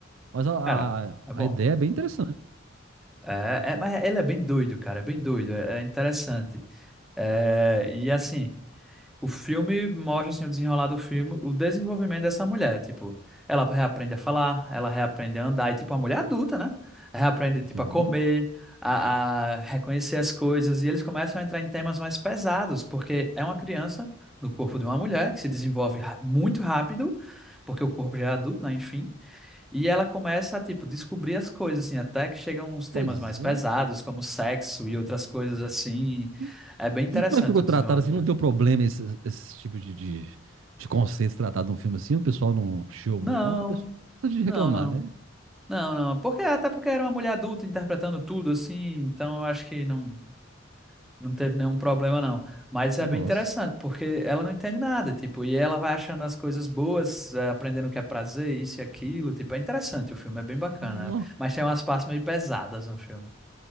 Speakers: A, on the right; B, in the centre.
A: Mas a,
B: Cara,
A: a,
B: é bom.
A: a ideia é bem interessante.
B: É, é, mas ele é bem doido, cara, é bem doido, é, é interessante. É, e assim, o filme mostra assim, o desenrolar do filme, o desenvolvimento dessa mulher, tipo, ela reaprende a falar, ela reaprende a andar, e tipo, uma mulher adulta, né? Reaprende, tipo,
A: Hum,
B: a comer, a, a reconhecer as coisas, e eles começam a entrar em temas mais pesados, porque é uma criança no corpo de uma mulher que se desenvolve ra- muito rápido, porque o corpo já é adulto, né? Enfim. E ela começa a, tipo, descobrir as coisas, assim, até que chegam uns temas
A: pois
B: mais pesados,
A: é.
B: como sexo e outras coisas assim.
A: E,
B: É bem interessante
A: e como é que ficou
B: o desenrolar
A: tratado
B: do
A: assim?
B: filme.
A: Não deu problema esse, esse tipo de, de, de conceitos tratados num filme assim? O pessoal não chiou
B: Não,
A: muito, não, que o pessoal gosta de reclamar,
B: não, não.
A: né?
B: Não, não. Porque, até porque era uma mulher adulta interpretando tudo, assim, então eu acho que não, não teve nenhum problema, não. Mas é
A: Nossa.
B: bem interessante, porque ela não entende nada, tipo, e ela vai achando as coisas boas, eh, aprendendo o que é prazer, isso e aquilo, tipo, é interessante o filme, é bem bacana.
A: Não.
B: Mas tem umas partes meio pesadas no filme.